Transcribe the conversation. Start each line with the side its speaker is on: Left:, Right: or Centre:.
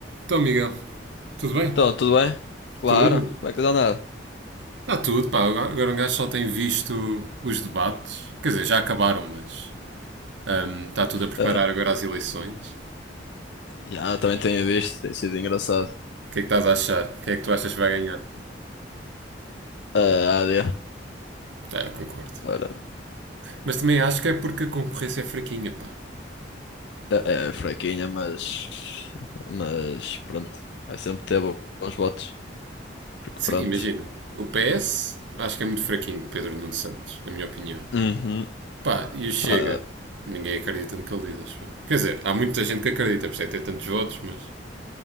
Right: Então, Miguel, tudo bem?
Left: Então, tudo bem? Claro,
Right: Tudo?
Left: como é que tens andado?
Right: Está tudo, pá. Agora agora um gajo só tem visto os debates. Quer dizer, já acabaram, mas hum, está tudo a preparar
Left: Ah,
Right: agora as eleições.
Left: já, também tenho visto, tem sido engraçado.
Right: O que é que estás a achar? Quem é que tu achas que vai ganhar?
Left: Ah, a AD,
Right: Ah, eu concordo.
Left: claro,
Right: Mas também acho que é porque a concorrência é fraquinha, pá.
Left: é, é fraquinha, mas, mas pronto, vai sempre ter bo- bons votos, porque
Right: Sim,
Left: pronto.
Right: imagina. O PS acho que é muito fraquinho, Pedro Nuno Santos, na minha opinião.
Left: Uhum,
Right: Pá, e o Chega?
Left: pá,
Right: Ninguém acredita no que ele diz, acho eu. Quer dizer, há muita gente que acredita, por isso é que tem tantos votos, mas